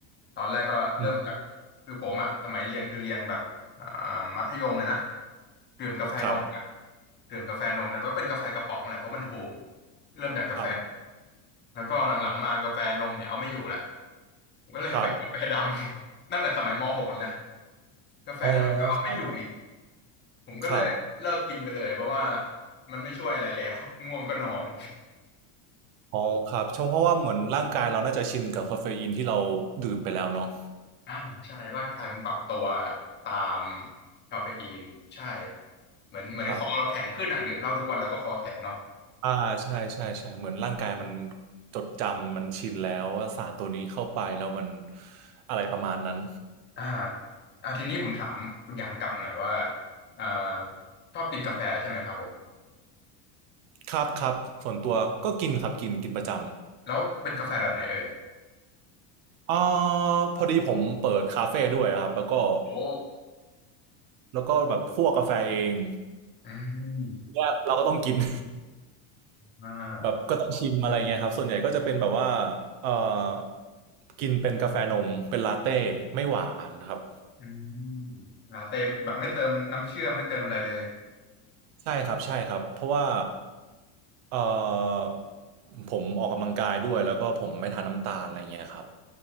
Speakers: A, on the left; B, on the right.
A: ตอนแรกก็เริ่มจากคือผมอ่ะสมัยเรียนคือเรียนแบบอ่า
B: อืม
A: มัธยมเลยนะดื่มกาแฟนมอะ
B: ครับ
A: ดื่มกาแฟนมแต่ก็เป็นกาแฟกระป๋องแหละเพราะมันถูกเริ่มจากกาแฟ
B: ครับ
A: แล้วก็หลังๆมากาแฟนมเนี่ยเอาไม่อยู่แล้วผมก็เลยไป
B: ครับ
A: <laughs> กาแฟดำ <laughs> ตั้งแต่สมัยม .6 เลยนะกาแฟดำก็เอาไม่อยู่อีก
B: อ๋อครับ
A: ผมก็เลยเลิกกินไปเลยเพราะว่า
B: ครับ
A: มันไม่ช่วยอะไรแล้ว <laughs> ง่วงก็นอน
B: อ๋อครับเพราะเพราะว่าเหมือนร่างกายเราน่าจะชินกับคาเฟอีนที่เราดื่มไปแล้วเนาะ
A: <laughs> อ่า <laughs> ใช่ร่างกายมันปรับตัวตามคาเฟอีนใช่เหมือนเหมือนคอเราแข็งขึ้นอ่ะดื่มเหล้าทุกวันเราก็คอแข็งเนาะ
B: ครับอ่าใช่ใช่ใช่เหมือนร่างกายมันจดจำมันชินแล้วว่าสารตัวนี้เข้าไปแล้วมันอะไรประมาณนั้น
A: อ่าอ่าทีนี้ผมถามคุณหยางกลับหน่อยว่าอ่าชอบกินกาแฟใช่ไหมครับผม
B: ครับครับส่วนตัวก็กินครับกินกินประจำ
A: แล้วเป็นกาแฟแบบไหนเอ่ย
B: อ่าพอดีผมเปิดคาเฟ่ด้วยครับแล้วก็
A: โอ้
B: แล้วก็แบบคั่วกาแฟเอง <laughs>
A: อืม
B: เนี่ยเราก็ต้องกิน <laughs>
A: อ่า
B: แบบก็ต้องชิมอะไรเงี้ยครับส่วนใหญ่ก็จะเป็นแบบว่าเอ่อกินเป็นกาแฟนมเป็นลาเต้ไม่หวานครับ
A: อืมลาเต้แบบไม่เติมน้ำเชื่อมไม่เติมอะไรเลย
B: ใช่ครับใช่ครับเพราะว่าเออผมออกกำลังกายด้วยแล้วก็ผมไม่ทานน้ำตาลอะไรเงี้ยครับ